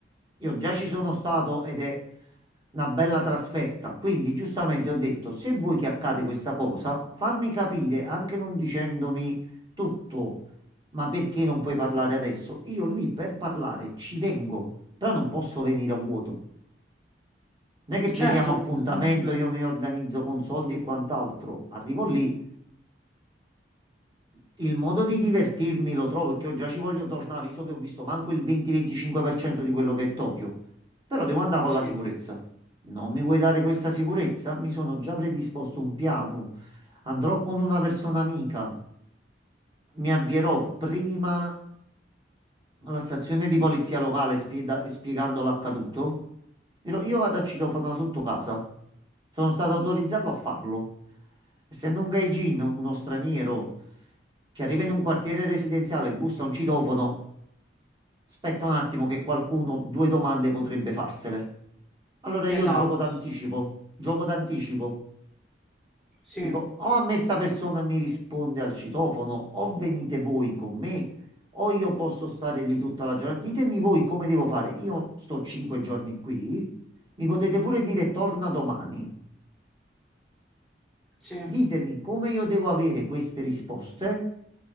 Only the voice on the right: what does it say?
io già ci sono stato ed è una bella trasferta. Quindi, giustamente ho detto: se vuoi che accade questa cosa, fammi capire, anche non dicendomi tutto, ma perché non puoi parlare adesso? Io lì per parlare ci vengo, però non posso venire a vuoto. Non è che prendiamo
appuntamento,
io mi organizzo con soldi e quant'altro. Arrivo lì, Il modo di divertirmi lo trovo perché io già ci voglio tornare, visto che ho visto manco il 20-25% di quello che è Tokyo. Però devo andare con
la sicurezza. Non mi vuoi dare questa sicurezza? Mi sono già predisposto un piano. Andrò con una persona amica. Mi avvierò prima alla stazione di polizia locale spieda- spiegando l'accaduto. Dirò, Io vado a citofono sotto casa. Sono stato autorizzato a farlo. Essendo un gaijin, uno straniero che arriva in un quartiere residenziale, e bussa a un citofono, aspetta un attimo che qualcuno due domande potrebbe farsele. Allora
io gioco d'anticipo, gioco d'anticipo.
Dico, o a me sta persona mi risponde al citofono, o venite voi con me, o io posso stare lì tutta la giornata. Ditemi voi come devo fare. Io sto cinque giorni qui, mi potete pure dire torna domani.
Ditemi come io devo avere queste risposte